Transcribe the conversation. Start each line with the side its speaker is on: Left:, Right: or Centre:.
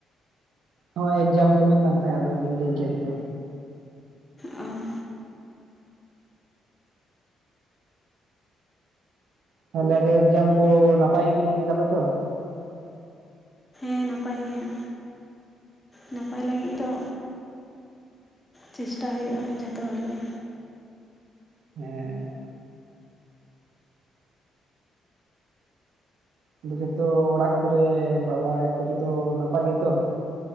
Right: ᱦᱚᱸ ᱮᱠᱡᱟᱢ ᱠᱚ ᱦᱩᱭᱩᱜ ᱠᱟᱱ ᱛᱟᱦᱮᱸᱫ ᱵᱤᱱ ᱞᱟᱹᱭ ᱠᱮᱫ ᱫᱚ
Left: ᱚ
Right: ᱛᱟᱦᱚᱞᱮ ᱟᱫᱚ ᱮᱠᱡᱟᱢ ᱠᱚ ᱱᱟᱯᱟᱭ ᱜᱮᱵᱤᱱ ᱮᱢ ᱠᱟᱫᱟ ᱛᱚ
Left: ᱦᱮ ᱱᱟᱯᱟᱭ ᱜᱮ ᱦᱟᱸᱜ ᱱᱟᱯᱟᱭ ᱞᱟᱹᱜᱤᱫ ᱨᱚ ᱪᱮᱥᱴᱟ ᱦᱩᱭᱩᱜᱼᱟ ᱡᱚᱛᱚ ᱦᱚᱲᱜᱮ
Right: ᱦᱮᱸ ᱟᱫᱚ ᱡᱚᱛᱚ ᱚᱲᱟᱜ ᱠᱚᱨᱮ ᱵᱟᱵᱟ ᱟᱭᱳ ᱠᱚ ᱡᱚᱛᱚ ᱱᱟᱯᱟᱭ ᱜᱮᱛᱚ